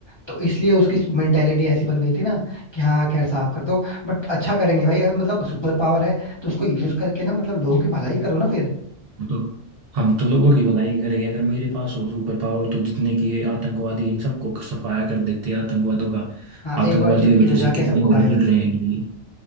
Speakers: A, on the left (about 30°); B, on the right (about 60°).
A: तो इसलिए उसकी मेंटेलिटी ऐसी बन गई थी ना कि हाँ खैर साफ कर दो बट अच्छा करेंगे भाई अगर मतलब सुपर पावर है तो उसको यूज करके ना मतलब लोगों की भलाई करो ना फिर
B: हम तो हम तो लोगों की भलाई करेंगे अगर मेरे पास हो सुपर पावर तो जितने की ये आतंकवादी इन सबको सफाया कर देते हैं आतंकवादों का
A: हाँ
B: आतंकवादियों
A: एक बार चुटकी
B: की वजह
A: बजा
B: से
A: के
B: कितने
A: सबको गायब
B: घरों जल रहे हैं डेली